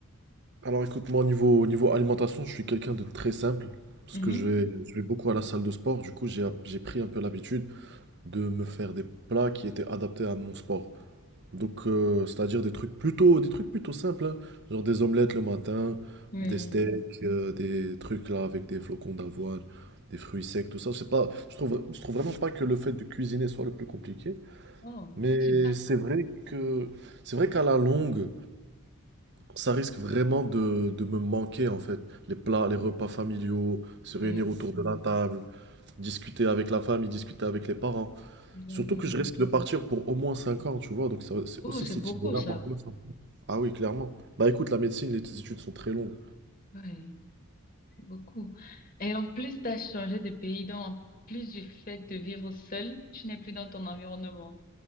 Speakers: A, on the right; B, on the left.
A: Alors écoute, moi au niveau, au niveau alimentation, je suis quelqu'un de très simple, parce
B: Mhm.
A: que je vais, je vais beaucoup à la salle de sport, du coup j'ai, app- j'ai pris un peu l'habitude de me faire des plats qui étaient adaptés à mon sport. Donc euh, c'est-à-dire des trucs plutôt, des trucs plutôt simples, hein, genre des omelettes le matin,
B: Oui.
A: des steaks, euh, des trucs là avec des flocons d'avoine, des fruits secs, tout ça. C'est pas, je trouve, je trouve vraiment pas que le fait de cuisiner soit le plus compliqué,
B: Oh,
A: mais
B: super.
A: c'est vrai que, c'est vrai qu'à la longue, ça risque vraiment de, de me manquer en fait. Les plats, les repas familiaux, se réunir
B: Oui,
A: autour de la table, discuter avec la famille, discuter avec les parents.
B: exactement.
A: Surtout que je risque de partir pour au moins 5 ans, tu vois. Donc ça, c'est
B: Oh,
A: aussi
B: c'est
A: cette
B: beaucoup
A: idée-là
B: ça.
A: m'angoisse un peu. Ah oui, clairement. Bah écoute, la médecine, les études sont très longues.
B: Ouais. C'est beaucoup. Et en plus, tu as changé de pays, donc en plus du fait de vivre seul, tu n'es plus dans ton environnement.